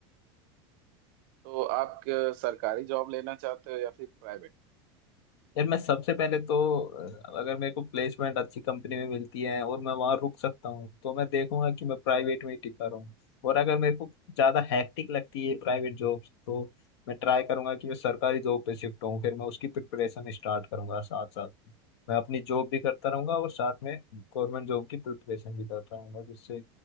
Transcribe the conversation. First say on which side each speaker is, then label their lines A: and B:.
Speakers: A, on the right (about 60°); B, on the left (about 80°).
A: तो आप क- सरकारी जॉब लेना चाहते हो या फिर प्राइवेट
B: यार मैं सबसे पहले तो अ, अगर मेरे को प्लेसमेंट अच्छी कंपनी में मिलती है और मैं वहां रुक सकता हूँ तो मैं देखूंगा कि मैं प्राइवेट में ही टिका रहूं और अगर मेरे को ज्यादा हैक्टिक लगती है प्राइवेट जॉब तो मैं ट्राई करूंगा कि मैं सरकारी जॉब पे शिफ्ट हूँ फिर मैं उसकी प्रिपरेशन स्टार्ट करूंगा साथ साथ में मैं अपनी जॉब भी करता रहूंगा और साथ में गवर्नमेंट जॉब की प्रिपरेशन भी करता रहूंगा जिससे